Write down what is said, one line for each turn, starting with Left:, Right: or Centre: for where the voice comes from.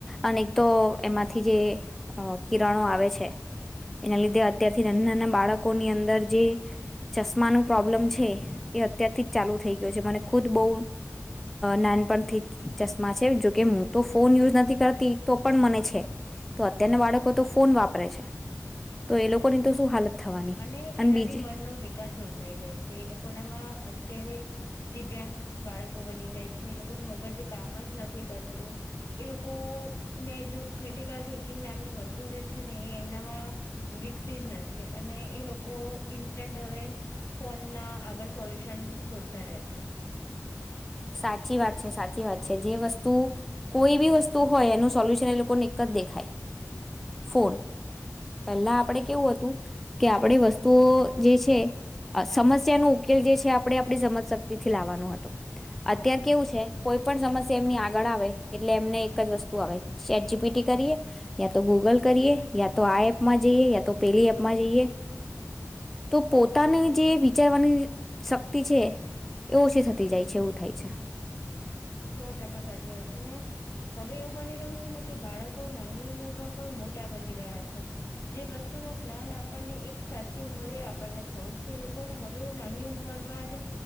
Centre: અને એક તો એમાંથી જે અ કિરણો આવે છે, એના લીધે અત્યારથી નાના નાના બાળકોની અંદર જે ચશ્માનું પ્રોબ્લમ છે એ અત્યારથી જ ચાલુ થઈ ગયું છે, મને ખુદ બહુ નાનપણથી જ ચશ્મા છે, જોકે હું તો ફોન યુઝ નથી કરતી તો પણ મને છે, તો અત્યારના બાળકો તો ફોન વાપરે છે, તો એ લોકોની તો શું હાલત થવાની
Left: અને એનાથી
Centre: બીજી
Left: મનનો વિકાસ રૂંધાઈ જાય છે, એ લોકોનામાં અત્યારે દિવ્યાંગ બાળકો બની જાય છે, એ લોકોનું મગજ કામ જ નથી કરતું, એ લોકો ને જો ક્રિટિકલ થિંકિંગ મેમની વસ્તુ જે છે ને એ એમનામાં વિકસી જ નથી, એ અને એ લોકો ઇન્સ્ટન્ટ અવે ફોનના આગળ સોલ્યુશન શોધતા રહે છે.
Centre: સાચી વાત છે, સાચી વાત છે, જે વસ્તુ કોઈ બી વસ્તુ હોય એનું સોલ્યુશન એ લોકોને એક જ દેખાય ફોન પેલ્લા આપડે કેવું હતું કે આપડે વસ્તુઓ જે છે સમસ્યાનો ઉકેલ જે છે આપડે આપડી સમજ શક્તિથી લાવવાનો હતો. અત્યાર
Left: હા
Centre: કેવું છે કોઈ પણ સમસ્ સ્યા એમની આગળ આવે એટલે એમને એક જ વસ્તુ આવે ચેટ જીપીટી કરીએ, યા તો ગૂગલ કરીએ, યા તો આ એપમાં જઈએ, યા તો પેલી એપમાં જઈએ, તો પોતાની જે વિચારવાની શક્તિ છે એ ઓછી થતી જાય છે એવુ થાય છે.
Left: સો ટકા સાચી વાત છે ને હવે એવું બની રહ્યું છે ને કે બાળકો નાની ઉંમરમાં પણ મોટા બની રહ્યા છે, જે વસ્તુનું જ્ઞાન આપણને એક સાચી ઉંમરે આપણને થવું છે એ લોકોને હવે નાની ઉંમરમાં જ